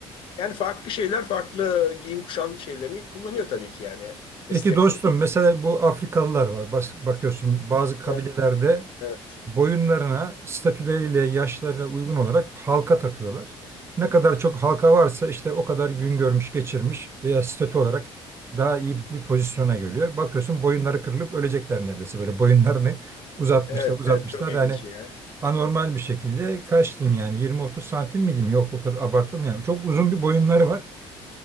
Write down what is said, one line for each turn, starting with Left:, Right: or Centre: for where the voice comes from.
Left: Yani farklı şeyler farklı giyim kuşam şeylerini kullanıyor tabii ki yani meslek
Right: Peki dostum
Left: grubu
Right: mesela bu Afrikalılar var. Bas- bakıyorsun bazı kabilelerde
Left: Evet, evet.
Right: boyunlarına, statüleriyle, yaşlarına uygun olarak halka takıyorlar. Ne kadar çok halka varsa işte o kadar gün görmüş, geçirmiş veya statü olarak daha iyi bir pozisyona geliyor. Bakıyorsun boyunları kırılıp ölecekler neredeyse böyle boyunlarını uzatmışlar,
Left: Evet,
Right: uzatmışlar.
Left: evet çok ilginç
Right: Yani
Left: ya.
Right: anormal bir şekilde kaç diyeyim yani 20-30 santim mi diyeyim? Yok o kadar abartılmıyor. Yani çok uzun bir boyunları var